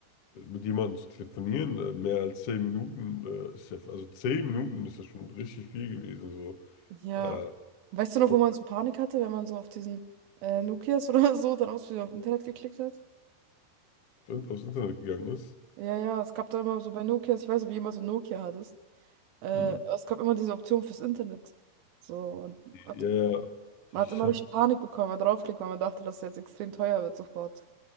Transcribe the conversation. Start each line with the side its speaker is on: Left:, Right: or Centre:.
Left: äh, mit jemandem zu telefonieren, äh, mehr als zehn Minuten äh, ist ja, also zehn Minuten ist ja schon richtig viel gewesen, so
Right: Ja.
Left: äh,
Right: Weißt du noch,
Left: und
Right: wo man so Panik hatte, wenn man so auf diesen äh, Nokias <laughs> oder so dann aus auf Internet geklickt hat?
Left: in- aufs Internet gegangen ist.
Right: Ja, ja, es gab da immer so bei Nokias, ich weiß nicht, wie immer so ein Nokia hattest. Äh,
Left: Hm.
Right: es gab immer diese Option fürs Internet. So, und man
Left: Ja,
Right: hat,
Left: ja, ich
Right: man hat immer
Left: hatte,
Right: richtig Panik bekommen, wenn man draufklickt, weil man dachte, dass es jetzt extrem teuer wird sofort.